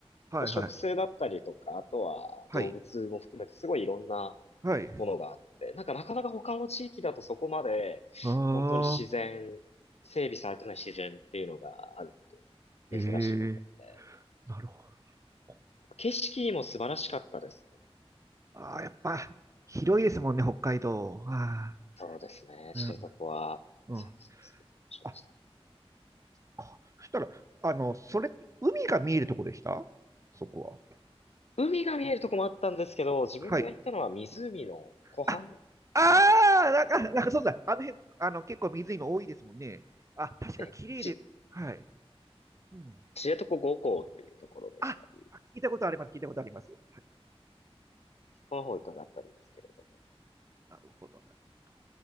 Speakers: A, on the right; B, on the left.
A: はいはい。
B: ど、植生だったりとか、あとは動物も含めてすごいいろんな
A: はい。はい。
B: ものがあって、なんかなかなか他の地域だとそこまで、
A: ああ、
B: 本当に自然、整備されてない自然っていうのがあるって
A: え
B: いう、珍しかったので、
A: え
B: や
A: なるほど。
B: っぱ景色も素晴らしかったですね。
A: ああ、やっぱ、広いですもんね、北海道。ああ、
B: そうですね、
A: うん。
B: 知床は、
A: うん。
B: そうそうすごい素敵な場所でした。
A: あ、かそしたら、あの、それ、海が見えるとこでしたそこは。
B: 海が見えるとこもあったんですけど、自分が行ったのは湖の湖畔、
A: はい。あ、ああ、なんか、なんかそうだ。あの辺、あの、結構水今多いですもんね。あ、確か綺麗で、
B: え、ち、
A: はい。うん。
B: 知床五湖っていうところでしたり、
A: あ、あ聞いたことあります。聞いたことあります。はい、
B: この方伺ったんですけれど。
A: なるほど、なるほど。